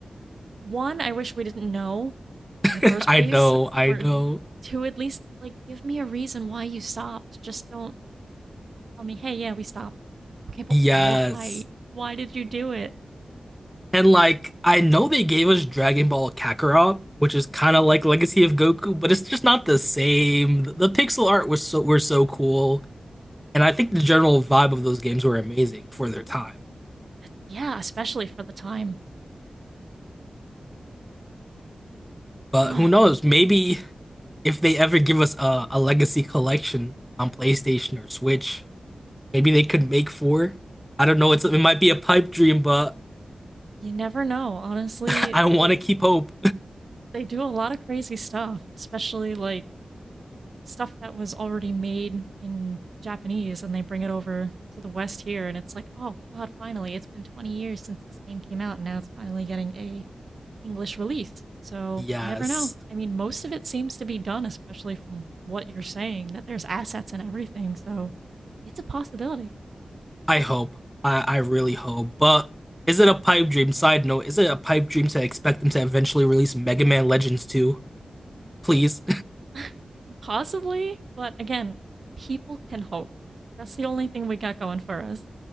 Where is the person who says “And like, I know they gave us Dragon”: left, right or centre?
Centre